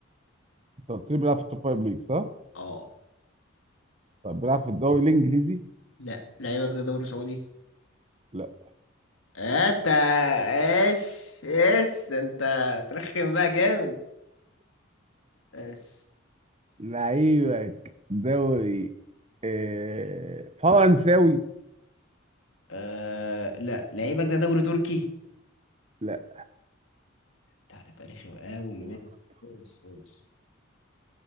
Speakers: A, on the right; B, on the left.
A: انت قلت لي بيلعب في التوب فايف ليج صح؟
B: اه
A: طب بيلعب في الدوري الانجليزي؟
B: لا لعيبك ده دوري سعودي
A: لا
B: آه، انت ايش ايش ده انت ترخم بقى جامد ايش
A: لعيبك دوري آه، فرنساوي؟
B: آه لا لعيبك ده دوري تركي
A: لا
B: انت هتبقى رخم قوي ماشي ماشي ماشي.